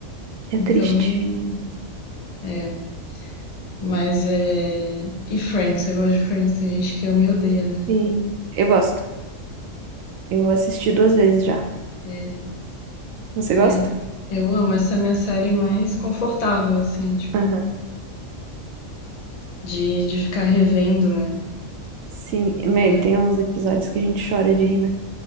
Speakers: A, on the right (about 80°); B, on the left (about 35°).
A: é
B: Então,
A: triste.
B: é, mas é. E Friends, eu gosto de Friends, tem gente que ama e odeia, né?
A: Sim, eu gosto. Eu assisti duas vezes já.
B: É,
A: Você gosta?
B: é. Eu amo essa é a minha série mais confortável, assim, tipo,
A: Aham.
B: de, de ficar revendo, né?
A: Sim, meu,
B: Mas-
A: tem uns episódios que a gente chora de rir, né?